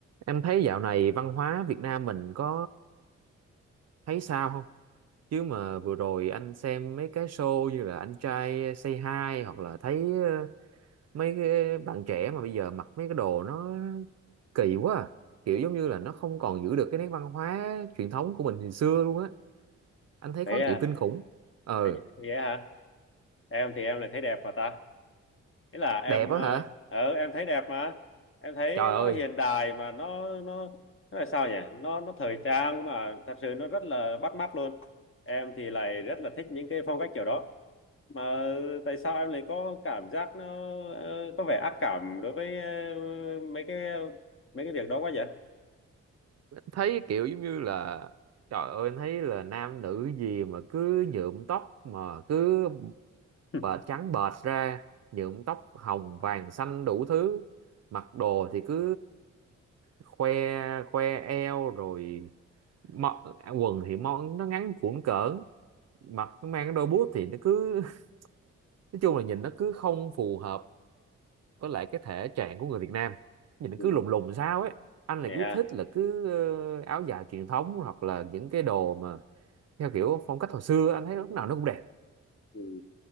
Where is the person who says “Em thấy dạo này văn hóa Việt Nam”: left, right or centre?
Right